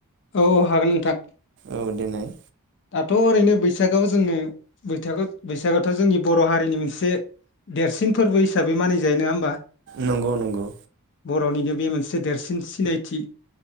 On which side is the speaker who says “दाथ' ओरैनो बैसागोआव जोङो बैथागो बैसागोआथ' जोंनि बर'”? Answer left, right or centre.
Left